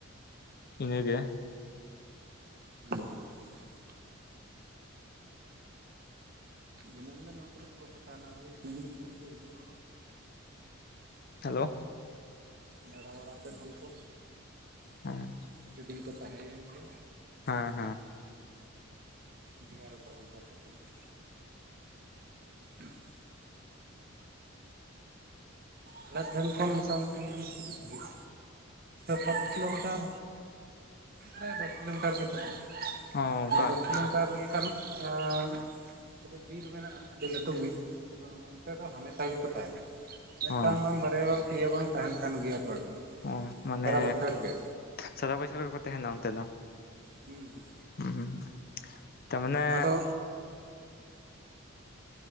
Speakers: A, on the left (about 45°); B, on the right (about 45°).
A: ᱤᱱᱟᱹ ᱜᱮ
B: <inaudible> ᱫᱤᱱᱟᱹᱢ ᱫᱚ ᱱᱚᱣᱟ ᱠᱚᱨᱮᱜ ᱫᱚ ᱵᱟᱠᱚ ᱛᱟᱦᱮᱱᱟ ᱳᱭ ᱥᱤᱡᱤᱱ ᱥᱤᱡᱤᱱ ᱠᱚ ᱦᱤᱡᱩᱜᱼᱟ
A: ᱦᱮᱞᱳ
B: ᱫᱟᱬᱟ ᱵᱟᱲᱟ ᱠᱮᱫ ᱜᱮ ᱠᱚ
A: ᱦᱮᱸ
B: ᱠᱤᱪᱷᱩ ᱫᱤᱱ ᱠᱚ ᱛᱟᱦᱮᱸᱭᱮᱱ ᱜᱮ
A: ᱦᱮᱸ ᱦᱮᱸ
B: ᱫᱤᱭᱮ ᱟᱨᱚ ᱠᱚ ᱚᱱᱠᱟ ᱠᱚ ᱥᱮᱱᱚᱜ-ᱟ <inaudible> ᱟᱞᱮ ᱥᱮᱱ ᱠᱷᱚᱱ ᱢᱚᱴᱟᱢᱩᱴᱤ ᱛᱤᱱᱟᱹᱜ <unintelligible> <unintelligible> ᱥᱟᱛ ᱠᱤᱞᱳᱢᱤᱴᱟᱨ ᱯᱨᱟᱭ ᱫᱚᱥ ᱠᱤᱞᱳᱢᱤᱴᱟᱨ ᱜᱮ ᱥᱟᱵ ᱢᱮ
A: ᱚ ᱚᱱᱠᱟ
B: ᱚᱱᱟ ᱫᱚᱥ ᱠᱤᱞᱳᱢᱤᱴᱟᱨ ᱞᱮᱠᱟᱱ <unintelligible> ᱢᱮᱴᱮᱱ ᱵᱤᱨ ᱢᱮᱱᱟᱜᱼᱟ ᱟᱹᱰᱤ ᱞᱟᱹᱴᱩ ᱵᱤᱨ ᱛᱚᱵᱮ ᱚᱱᱛᱮ ᱫᱚ ᱦᱟᱢᱮᱥᱟ ᱜᱮᱠᱚ ᱛᱟᱦᱮᱱᱟ ᱢᱤᱫᱴᱟᱝ
A: ᱚ
B: ᱵᱟᱝ ᱵᱟᱨᱭᱟ ᱵᱟᱝ ᱯᱤᱭᱳ ᱵᱟᱝ ᱛᱟᱦᱮᱱ ᱠᱟᱱ ᱜᱮᱭᱟ ᱠᱚ ᱮᱠᱫᱚᱢ
A: ᱚ ᱢᱟᱱᱮ
B: ᱥᱟᱨᱟ ᱵᱚᱪᱷᱚᱨ ᱜᱮ
A: ᱥᱟᱨᱟ ᱵᱚᱪᱷᱚᱨ ᱜᱮᱠᱚ ᱛᱟᱦᱮᱱᱟ ᱚᱱᱛᱮ ᱫᱚ
B: ᱦᱩᱸ ᱦᱩᱸ
A: <unintelligible> ᱛᱟ ᱢᱟᱱᱮ
B: ᱟᱫᱚ